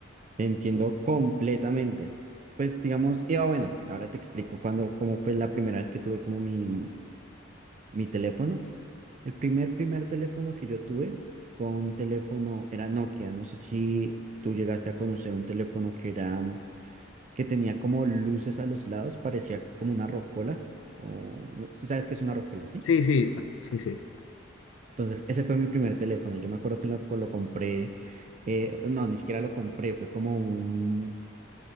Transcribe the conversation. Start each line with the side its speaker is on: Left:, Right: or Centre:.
Right: Te entiendo completamente. Pues digamos, Eva, bueno, ahora te explico cuando, cómo fue la primera vez que tuve como mi, mi teléfono. El primer, primer teléfono que yo tuve fue un teléfono, era Nokia. No sé si tú llegaste a conocer un teléfono que era, que tenía como luces a los lados, parecía como una rocola, o no- si sabes que es una rocola, ¿sí?
Left: Sí, sí, sí, sí.
Right: Entonces, ese fue mi primer teléfono. Yo me acuerdo que lo, lo compré, eh, no, ni siquiera lo compré, fue como un